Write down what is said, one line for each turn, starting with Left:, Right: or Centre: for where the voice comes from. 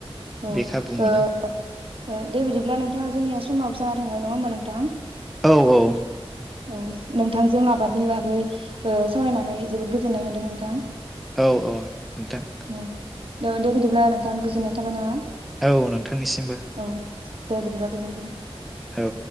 Right: औ ओ
Centre: बे खाबु मोनो
Right: ओ दे बिदिब्ला नोंथाङा जोंनिया समाव जाना थांबाय नङा होमबा नोंथां?
Centre: औ औ।
Right: औ। नोंथांजों आबादनि बागै ओ सावरायनानै जोबोद गोजोननाय मोन्दों नोंथां।
Centre: औ औ नोंथां।
Right: औ दे बिदिब्ला नोंथां गोजोननाय थाबाय नामा?
Centre: औ नोंथांनिसिमबो।
Right: औ दे बिदिबा गोजोन्थों।
Centre: औ।